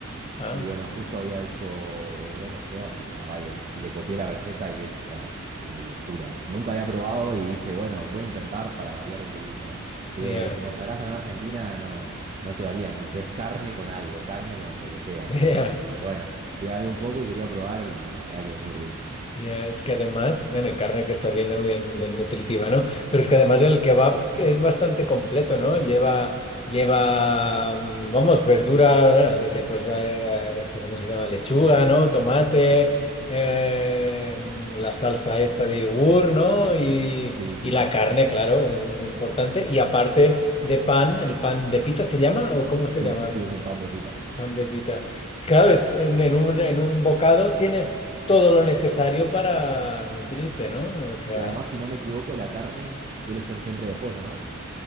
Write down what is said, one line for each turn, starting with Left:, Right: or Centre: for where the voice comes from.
Left: Ah,
Right: Y bueno, justo había hecho eh, doner kebab y la verdad que le copié la receta y es una, una locura. Nunca había probado y dije, bueno, voy a intentar para variar un poquito, ¿no? Porque
Left: ya,
Right: como sabrás, acá en Argentina no, no se varía mucho, es carne con algo, carne con lo que sea, ¿entendés?
Left: <laughs> ya.
Right: Y bueno, quería variar un poco y quería probar y la verdad que es muy rico.
Left: Ya, es que además, bueno, carne que está bien, ¿no? Bien, bien nutritiva, ¿no? Pero es que además el kebab es bastante completo, ¿no? Lleva, lleva, mm, vamos, verdura, eh, le- pues, eh, eh, esto, ¿cómo se llama? Lechuga, ¿no? Tomate, eh, mm, la salsa esta de yogur, ¿no? Y,
Right: Sí, sí.
Left: y la carne, claro, es lo muy importante. Y aparte de pan, ¿el pan de pita se llama o cómo
Right: Sí,
Left: se llama?
Right: sí, sí, es el pan de pita.
Left: Pan de pita. Claro, es, en, en un, en un bocado tienes todo lo necesario para nutrirte, ¿no? O sea.
Right: Y además, si no me equivoco, la carne suele ser siempre de pollo, ¿no?